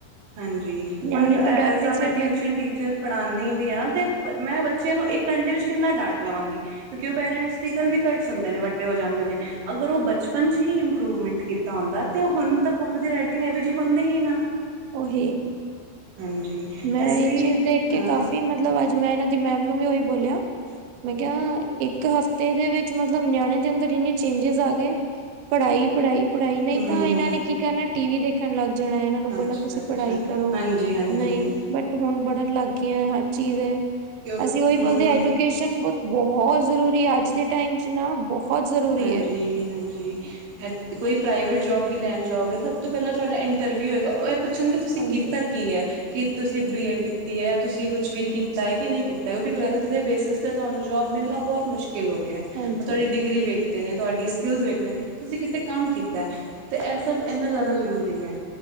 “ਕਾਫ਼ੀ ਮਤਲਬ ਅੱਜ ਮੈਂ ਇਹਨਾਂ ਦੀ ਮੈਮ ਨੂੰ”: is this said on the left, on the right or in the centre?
Right